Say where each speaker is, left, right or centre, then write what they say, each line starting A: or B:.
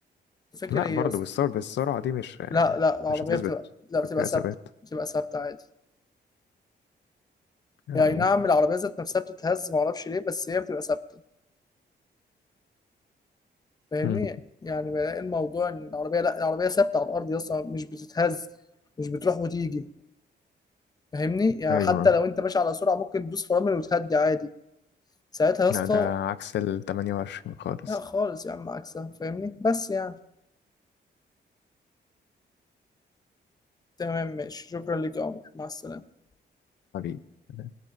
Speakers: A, on the left (about 20°); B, on the left (about 80°).
A: فاكر
B: لا
A: ايه
B: برضه
A: يا اسطى
B: بالسرعه بالسرعه دي مش
A: لا لا العربيه
B: مش هتثبت
A: بتبقى لا بتبقى
B: يبقى فيها
A: ثابته
B: ثبات
A: بتبقى ثابته عادي
B: يعني
A: يعني نعم العربيه ذات نفسها بتتهز ما اعرفش ليه بس هي بتبقى ثابته فاهمني
B: امم
A: يعني بلاقي الموضوع ان العربيه لا العربيه ثابته على الارض يا اسطى مش بتتهز مش بتروح وتيجي فاهمني يعني
B: ايوه
A: حتى لو انت ماشي على سرعه ممكن تدوس فرامل وتهدي عادي ساعتها يا
B: لا
A: اسطى
B: ده عكس ال 28 خالص
A: لا خالص يا عم عكسها فاهمني بس يعني تمام ماشي شكرا ليك يا عمر مع السلامة
B: حبيبي